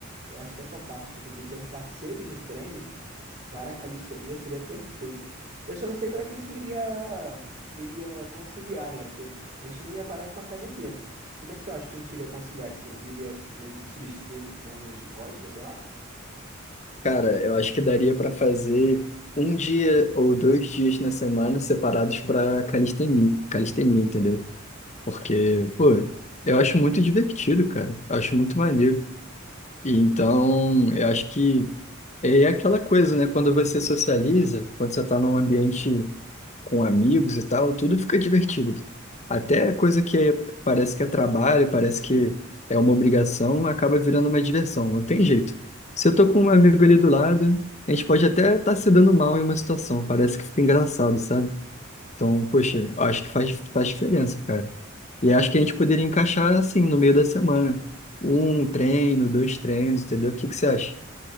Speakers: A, on the right (about 35°); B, on the left (about 35°).
A: Eu acho que essa parte, tipo, de ter um parceiro de treino para a calistenia seria perfeita. Eu só não sei como é que a gente iria, iria conciliar, né? Porque a gente não ia parar com a academia. Como é que tu acha que a gente iria conciliar? Tipo, iria meio que substituir no treino de costas, sei lá?
B: Cara, eu acho que daria para fazer um dia ou dois dias na semana separados para calistenia, calistenia, entendeu? Porque, pô, eu acho muito divertido, cara. Eu acho muito maneiro. E então, eu acho que é aquela coisa, né? Quando você socializa, quando você tá num ambiente com amigos e tal, tudo fica divertido. Até coisa que é- parece que é trabalho, parece que é uma obrigação, acaba virando uma diversão, não tem jeito. Se eu tô com um amigo ali do lado, a gente pode até estar se dando mal em uma situação, parece que fica engraçado, sabe? Então, poxa, eu acho que faz, faz diferença, cara. E acho que a gente poderia encaixar assim, no meio da semana. Um treino, dois treinos, entendeu? O que que você acha?